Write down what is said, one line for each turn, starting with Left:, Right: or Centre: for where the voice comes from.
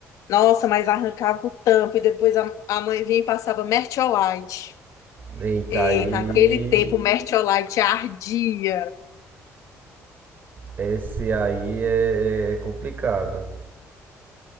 Left: Nossa, mas arrancava o tampo e depois a, a mãe vinha e passava Mertiolate.
Right: Eita
Left: E
Right: aí.
Left: naquele tempo, o Mertiolate ardia.
Right: Esse aí é, é complicado.